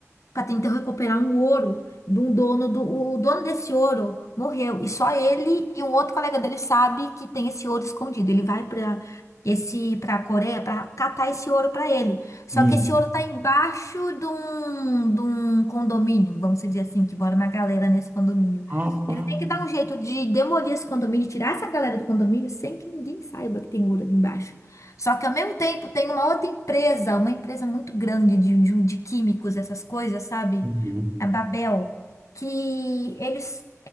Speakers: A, on the left (about 75°); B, on the right (about 30°).
A: para tentar recuperar um ouro de um dono do o dono desse ouro morreu e só ele e um outro colega dele sabe que tem esse ouro escondido. Ele vai para esse para a Coreia para catar esse ouro para ele. Só
B: Uhum.
A: que esse ouro tá embaixo de um, de um condomínio, vamos dizer assim, que mora uma galera nesse condomínio.
B: Rapaz.
A: Ele tem que dar um jeito de demolir esse condomínio, tirar essa galera do condomínio sem que ninguém saiba que tem ouro ali embaixo. Só que ao mesmo tempo tem uma outra empresa, uma empresa muito grande de, de, de químicos, essas coisas, sabe?
B: Uhum.
A: A Babel, que eles